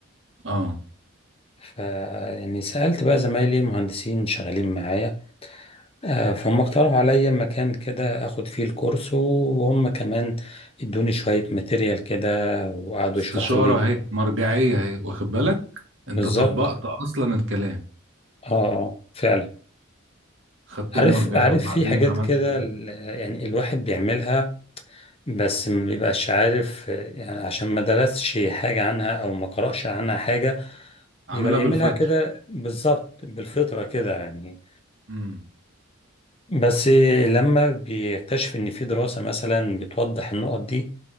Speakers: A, on the right (about 65°); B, on the left (about 30°).
A: اه
B: ف يعني سألت بقى زمايلي مهندسين شغالين معايا آه، فهم اقترحوا عليا مكان كده أخد فيه الكورس وهم كمان ادوني شوية ماتيريال كده وقعدوا
A: استشارة
B: يشرحوا لي
A: اهي مرجعية اهي واخد بالك
B: بالظبط
A: انت طبقت اصلا الكلام
B: آه آه، فعلا
A: خدتهم
B: عارف
A: مرجعية
B: عارف
A: وبعدين
B: في حاجات
A: عملت
B: كده
A: ايه
B: ال- يعني الواحد بيعملها بس مبيبقاش عارف يعني عشان ما درسش حاجة عنها أو ما قرأش عنها حاجة
A: عاملها
B: بيبقى بيعملها
A: بالفطرة
B: كده بالظبط بالفطرة كده يعني
A: امم
B: بس لما بيكتشف إن في دراسة مثلا بتوضح النقط دي